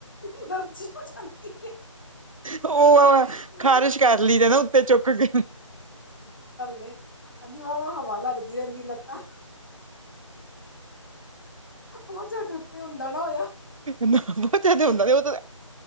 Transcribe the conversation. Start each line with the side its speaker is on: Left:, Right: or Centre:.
Left: ਐਲਰਜੀ ਹੋ ਜਾਂਦੀ
Right: ਉਹ ਆ
Left: ਹੈ
Right: ਖ਼ਾਰਸ਼ ਕਰ ਲਈ ਤੇ ਨਾ ਉੱਤੇ ਚੁੱਕ ਕੇ
Left: ਨੇ ਹਾਂਜੀ ਹੋ ਹਵਾ ਲੱਗਦੀ ਰਹਿੰਦੀ ਲਤਾ ਪਜਦੇ <unintelligible> ਉੱਤੇ ਹੁੰਦਾ ਨਾ ਹੋਇਆ।
Right: ਨਾ ਪੋੰਚਾ ਤੇ ਹੁੰਦਾ ਨੀ, ਉਹ ਤੇ।